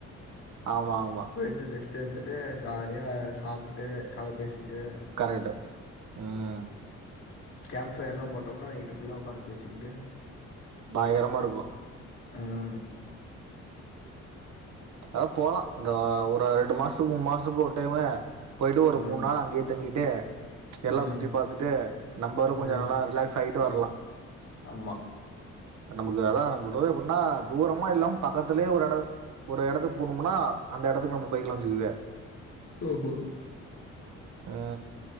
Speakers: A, on the right; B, on the left.
A: ஆமா ஆமா
B: போயிட்டு ரெஸ்ட் எடுத்துட்டு ஜாலியா சாப்ட்டுட்டு கத பேசிட்டு
A: கரெக்ட் ம்
B: கேம்ப் ஃயர்ல்லா போட்டோம்னா நைட்டு புல்லா உக்காந்து பேசிக்
A: பயங்ரமா இருக்கு
B: ம்
A: அது போலா இந்த ஒரு ரெண்டு மாசத்துக்கு மூணு மாசத்துக்கு ஒரு டைமு பொயிட்டு ஒரு
B: ம்
A: மூணு நாள் அங்கயே தங்கிட்டு எல்லா
B: ம்
A: சுத்தி பாத்துட்டு நம்பளு கொஞ்சோ
B: ம்
A: நல்லா ரிலாக்ஸ் பண்ட்டு வர்லா
B: ஆமா
A: நமக்கு அதா நம்ம டூர்ரே எப்டின்னா தூரமா இல்லாம பக்கத்துலேயே ஒரு எடோ ஒரு எடத்துக்கு போணும்னா அந்த எடத்துக்கு நம்ம போய்க்லாஞ்சுக்குவே
B: ஆமா
A: அ